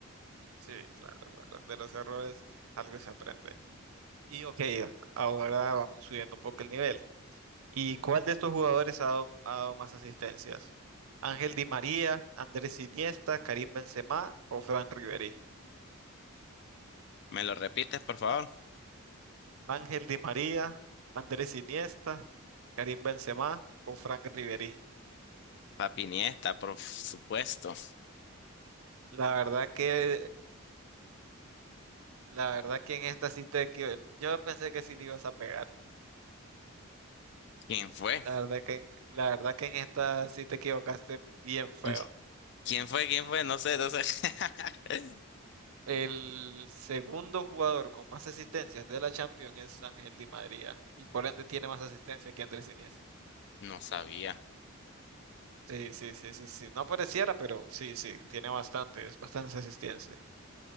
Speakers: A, on the right; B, on the left.
A: sí, claro, claro. De los errores algo se aprende. Y ok, ahora vamos subiendo un poco el nivel. ¿Y cuál de estos jugadores ha dado, ha dado más asistencias? ¿Ángel Di María, Andrés Iniesta, Karim Benzema o Fran Riveri?
B: ¿Me lo repites, por favor?
A: Ángel Di María, Andrés Iniesta, Karim Benzema o Frank Riveri.
B: Papi Niesta, por supuesto.
A: La verdad que, la verdad que en esta sí te equivo- Yo pensé que sí le ibas a pegar.
B: ¿Quién fue?
A: La verdad que, la verdad que en esta sí te equivocaste bien feo.
B: ¿Qui- ¿Quién fue? ¿Quién fue? No sé, no sé. <laughs>
A: El segundo jugador con más asistencias de la Champions es Ángel Di María y por ende tiene más asistencias que Andrés Iniesta.
B: No sabía.
A: Sí, sí, sí, sí, sí. No pareciera, pero sí, sí, tiene bastante, es bastante asistencias.